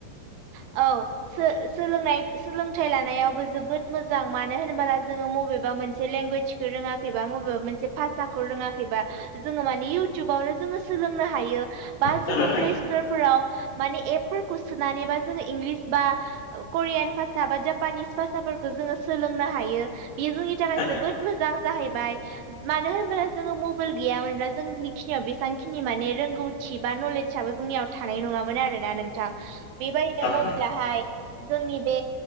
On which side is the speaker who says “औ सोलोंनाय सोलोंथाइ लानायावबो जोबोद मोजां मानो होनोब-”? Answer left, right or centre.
Right